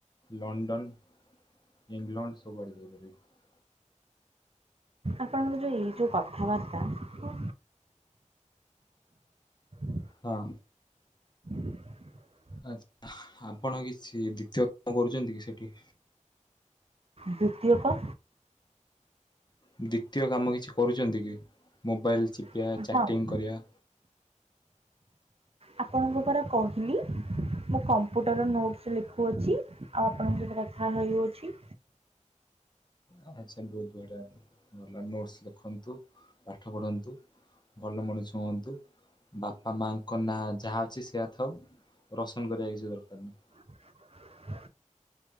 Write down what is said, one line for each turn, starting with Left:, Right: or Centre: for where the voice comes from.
Left: ଲଣ୍ଡନ ଇଂଲଣ୍ଡ ସବୁଆଡ଼େ ଯାଇପାରିବା।
Right: ଆପଣଙ୍କର ଯେଉଁ ଏଇ ଯଉଁ କଥାବାର୍ତ୍ତା ହ <unintelligible>
Left: ହଁ।
Right: <unintelligible>
Left: ଆଚ୍ଛା, ଆପଣ କିଛି ଦ୍ଵିତୀୟ କାମ କରୁଛନ୍ତି କି ସେଠି
Right: ଦ୍ୱିତୀୟକ
Left: ଦ୍ୱିତୀୟ କାମ କିଛି କରୁଛନ୍ତି କି ମୋବାଇଲ ଚିପିବା,
Right: ହଁ
Left: ଚାଟିଂ କରିବା।
Right: ଆପଣଙ୍କୁ ପରା କହିଲି। ମୁଁ କମ୍ପୁଟର ନୋଟ୍ସ୍ ଲେଖୁଅଛି ଆଉ ଆପଣଙ୍କ ସହିତ କଥା ହେଉଅଛି।
Left: ଆଚ୍ଛା ବହୁତ ବଢ଼ିଆ ନୋଟସ ଲେଖନ୍ତୁ ପାଠ ପଢ଼ନ୍ତୁ। ଭଲ ମଣିଷ ହୁଅନ୍ତୁ। ବାପା ମାଙ୍କ ନାଁ ଯାହା ଅଛି ସେଆ ଥାଉ ରସନ କରିବା କିଛି ଦରକାର ନାହିଁ।
Right: ହ <unintelligible>